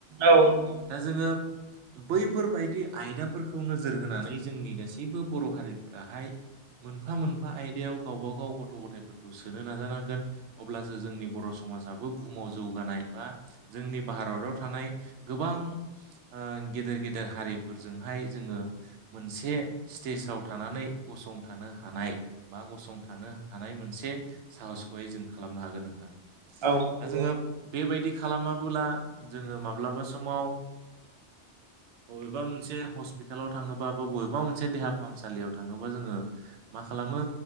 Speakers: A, on the right (about 45°); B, on the right (about 85°).
A: औ नंगौ
B: दा जोङो बैफोरबायायदि आयदाफोरखौ नोजोर होनानै जोंनि गासैबो बर' हारिफोराहाय मोनफा मोनफा आयदायाव गावब गाव गथ' गथायफोरखौ सोनो नाजानांगोन अब्लासो जोंनि बर' समाज बहुमाव जौगानाय बा जोंनि भारताव थानाय गोबां ओ गे गेदेर गेदेर हारिफोरजोंहाय जोङो मोनसे स्टेसाव थानानै गसंथानो हा हानाय बा गसंथानो हानाय मोनसे साहसखौहाय जों खालामनो हागोन नोंथां
A: औ नंगौ औ
B: दा जोङो बेबायदि खालामाबोला जोङो माब्लाबा समाव ओ बबेबा मोनसे हस्पिटालाव थाङोबाबो बबेबा मोनसे देहा फाहामसालियाव थाङोबा जोङो मा खालाम खालामो